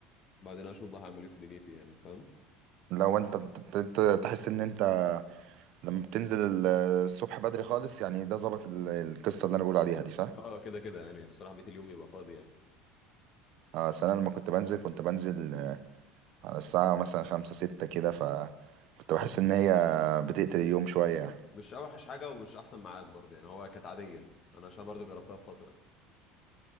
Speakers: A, on the left; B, on the right.
A: بعدين اشوف بقى هعمل ايه في دنيتي يعني أنت فاهم
B: لو أنت أنت أنت تحس إن أنت لما بتنزل ال- الصبح بدري خالص يعني ده ظبط ال- القصة اللي أنا بقول عليها دي صح؟
A: اه كده كده يعني الصراحه بقيت اليوم يبقى فاضي يعني
B: آه، أصل أنا لما كنت بنزل كنت بنزل آه، على الساعة مثلا خمسة ستة كده فكنت بحس إن هي بتقتل اليوم شوية يعني.
A: مش اوحش حاجه ومش احسن ميعاد برضه يعني هو كانت عاديه انا عشان برضه جربتها في فتره